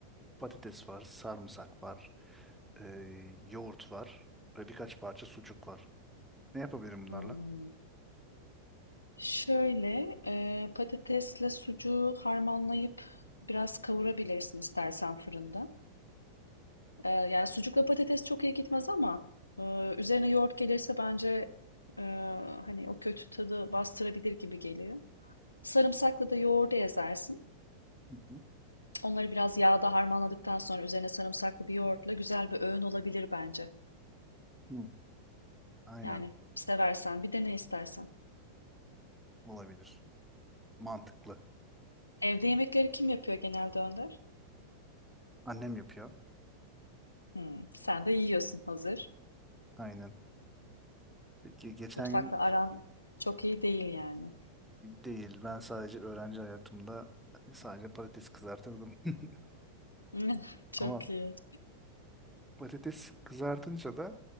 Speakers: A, in the centre; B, on the left.
A: patates var, sarımsak var, ee, yoğurt var ve birkaç parça sucuk var. Ne yapabilirim bunlarla?
B: Hmm. Şöyle e, patatesle sucuğu harmanlayıp biraz kavurabilirsin istersen fırında. Ee, yani sucukla patates çok iyi gitmez ama e, üzerine yoğurt gelirse bence e, hani o kötü tadı bastırabilir gibi geliyor. Sarımsakla da yoğurdu ezersin.
A: Hı hı.
B: Onları biraz yağda harmanladıktan sonra üzerine sarımsaklı bir yoğurtla güzel bir öğün olabilir bence.
A: Hı. Aynen
B: Yani seversen bir dene istersen.
A: olabilir. Mantıklı.
B: Evde yemekleri kim yapıyor genelde Önder?
A: Annem yapıyor.
B: Hmm, sen de yiyorsun hazır.
A: Aynen. Peki geçen
B: Mutfakla
A: gün
B: aran çok iyi değil yani.
A: Değil. Ben sadece öğrenci hayatımda sadece patates kızartırdım. <laughs>
B: <laughs> Çok
A: Ama
B: iyi.
A: patates kızartınca da